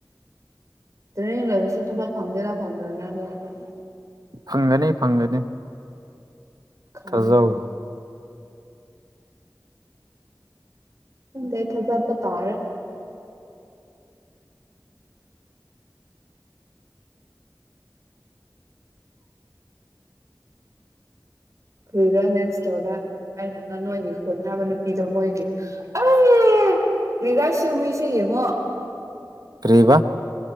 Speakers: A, on the right (about 45°); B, on the right (about 60°).
A: ꯇ꯭ꯔꯦꯅꯤꯡ ꯂꫭꯏꯔꯁꯨ ꯊꯕꯛ ꯐꯪꯒꯦꯔ ꯐꯪꯂꫭꯏꯔ ꯑꯗꫭ ꯑꯗꯨꯝ
B: ꯐꯪꯒꯅꯤ ꯐꯪꯒꯅꯤ
A: ꯈꯪꯗꯦ
B: ꯊꯥꯖꯧ
A: ꯈꯪꯗꯦ ꯑꯩ ꯊꯥꯗꯠꯄ ꯇꯔꯦ꯫ ꯍꯨꯏꯔ ꯅꯦꯠ ꯏꯁꯇꯣꯔꯗ ꯑꯩꯅ ꯅ ꯅꯣꯏꯒꯤ ꯍꯣꯠꯅꯅꯕ ꯅꯨꯄꯤꯗꯣ ꯃꯣꯏꯒꯤ ꯑꯩ ꯀꯔꯤꯔꯖꯁꯦ ꯍꯨꯏꯁꯦ ꯌꯦꯡꯉꯣ꯫
B: ꯀꯔꯤ ꯍꯥꯏꯕ